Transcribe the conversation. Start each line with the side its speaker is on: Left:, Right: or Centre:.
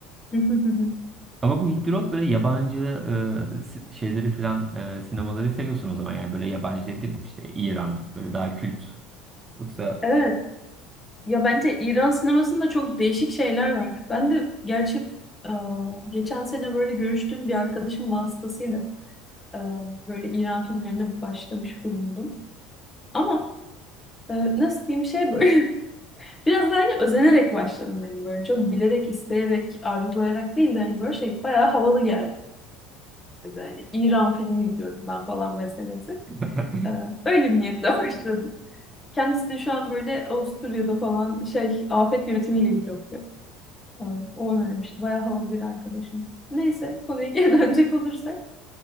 Left: Bilmiyorum. <laughs>
Right: Ama bu Hit the Road böyle yabancı e, si- şeyleri falan e, sinemaları seviyorsun o zaman yani böyle yabancı dedim işte İran böyle daha kült yoksa
Left: Evet. Ya bence İran sinemasında çok değişik şeyler var. Ben de gerçi e, geçen sene böyle görüştüğüm bir arkadaşım vasıtasıyla e, böyle İran filmlerine başlamış bulundum. Ama e, nasıl diyeyim şey böyle Biraz da hani özenerek başladım hani böyle çok bilerek, isteyerek, arzulayarak değil de hani böyle şey bayağı havalı geldi. Hani İran filmi izliyorum ben falan meselesi.
Right: <laughs>
Left: Ee, öyle bir niyetle <laughs> başladım. Kendisi de şu an böyle Avusturya'da falan şey afet yönetimiyle ilgili okuyor. Ee, o önermişti. Bayağı havalı bir arkadaşım. Neyse konuya geri <laughs> dönecek olursak.